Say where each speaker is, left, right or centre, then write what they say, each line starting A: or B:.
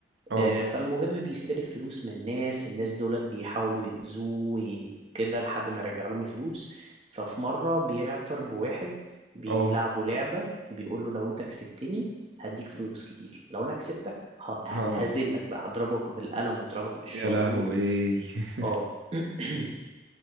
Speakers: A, on the right (about 80°); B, on the right (about 35°).
A: اه
B: آه، فالمهم بيستلف فلوس من الناس الناس دولت بيحاولوا يأذوه وي- وكده لحد ما يرجع لهم الفلوس ففي مرة بيعتر بواحد بيلعبوا
A: اه
B: لعبة بيقول له لو انت كسبتني هديك فلوس كتير لو انا كسبتك ه- ه-
A: اه
B: هذلك بقى هضربك بالقلم واضربك بالشلوط
A: يا لهوي <laughs>
B: اه <clears throat>